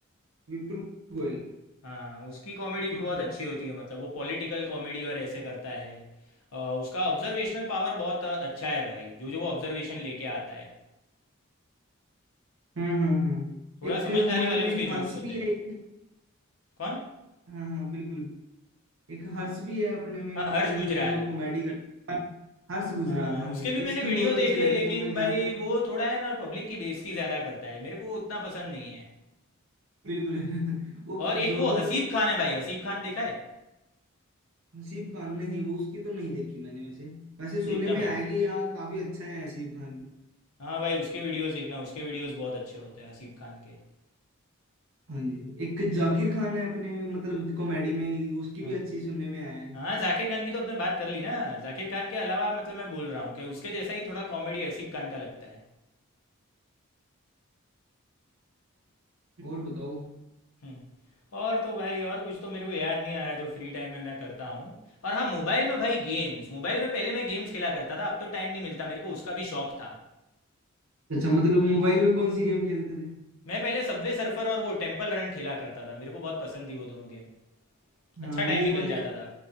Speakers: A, on the right (about 70°); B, on the left (about 85°).
A: विपुल गोयल
B: हाँ उसकी कॉमेडी भी
A: अच्छा
B: बहुत अच्छी होती है मतलब वो पॉलिटिकल कॉमेडी और ऐसे करता है अ, उसका ऑब्जर्वेशनल पावर बहुत अ, अच्छा है भाई जो जो वो ऑब्जर्वेशन लेके आता है
A: हाँ हाँ हाँ
B: थोड़ा
A: एक
B: समझदारी
A: हमारे
B: वाले
A: में
B: उसके
A: हर्ष
B: जोक्स होते
A: भी
B: हैं
A: है एक
B: कौन
A: हाँ हाँ बिल्कुल एक हर्ष भी है अपने में
B: हाँ
A: मतलब
B: हर्ष गुजराल
A: जो कॉमेडी करता है हर्ष गुजराल
B: हाँ
A: हाँ
B: उसके
A: जी हाँ जी
B: भी मैंने
A: उसकी
B: वीडियो
A: भी बहुत
B: देखे
A: अच्छी लगती
B: लेकिन
A: है मैं
B: भाई
A: ज्यादा
B: वो थोड़ा है ना पब्लिक की बेइज्जती ज़्यादा करता है मेरे को वो उतना पसंद नहीं है
A: बिल्कुल <laughs> वो
B: और एक
A: जो
B: वो
A: भी
B: हसीब
A: मतलब
B: खान है भाई हसीब खान देखा है
A: हसीब खान नहीं वो उसकी तो नहीं देखी मैंने वैसे वैसे सुनने
B: देखना
A: में
B: भाई
A: आया कि यहाँ काफी अच्छा है हसीब खान
B: हाँ भाई उसके वीडियोस देखना उसके वीडियोस बहुत अच्छे होते हैं हसीब खान के
A: हाँ जी एक जाकिर खान है अपने मतलब कॉमेडी में उसकी
B: हाँ
A: भी अच्छी सुनने में आया है
B: हाँ जाकिर खान की तो आपने बात कर ली ना जाकिर खान के अलावा मतलब मैं बोल रहा हूँ कि उसके जैसा ही थोड़ा कॉमेडी हसीब खान का लगता है
A: और बताओ
B: हम्म और तो भाई और कुछ तो मेरे को याद नहीं आ रहा जो फ्री टाइम में मैं करता हूँ और हाँ मोबाइल में भाई गेम्स मोबाइल में पहले मैं गेम्स खेला करता था अब तो टाइम नहीं मिलता मेरे को उसका भी शौक था
A: अच्छा मतलब मोबाइल में कौन सी गेम खेलते थे
B: मैं पहले सबवे सर्फर और वो टेम्पल रन खेला करता था मेरे को बहुत पसंद थी वो दोनों गेम
A: हाँ
B: अच्छा टाइम
A: ये
B: निकल
A: मतलब
B: जाता था